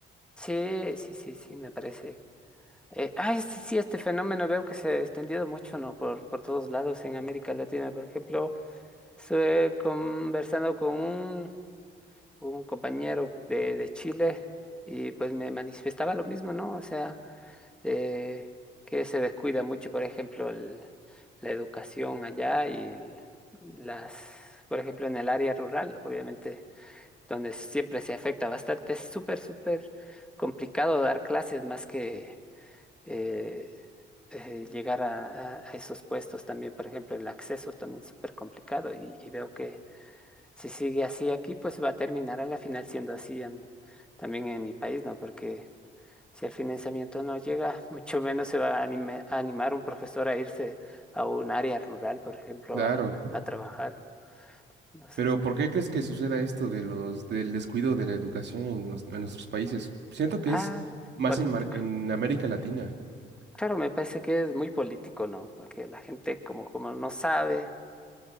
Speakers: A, in the centre; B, on the right.
A: sí, sí, sí, sí, me parece. Eh, ay, sí, sí, este fenómeno veo que se ha extendido mucho, ¿no? Por, por todos lados en América Latina. Por ejemplo, estuve conversando con un, un compañero de, de Chile y pues me manifestaba lo mismo, ¿no? O sea, eh, que se descuida mucho, por ejemplo, el- la educación allá y el- las, por ejemplo, en el área rural, obviamente, donde siempre se afecta bastante. Es súper, súper complicado dar clases más que... eh, eh, llegar a, a- a esos puestos también, por ejemplo, el acceso también es súper complicado y, y veo que si sigue así aquí, pues va a terminar a la final siendo así en- también en mi país, ¿no? Porque si el financiamiento no llega, <laughs> mucho menos se va a, anime- a animar un profesor a irse a un área rural, por ejemplo,
B: Claro.
A: a, a trabajar, no sé.
B: Pero ¿por qué crees que suceda esto de los, del descuido de la educación en, nos- en nuestros países? Siento que
A: Ah,
B: es más
A: político.
B: en, Mar- en América Latina.
A: Claro, me parece que es muy político, ¿no? Porque la gente como, como no sabe.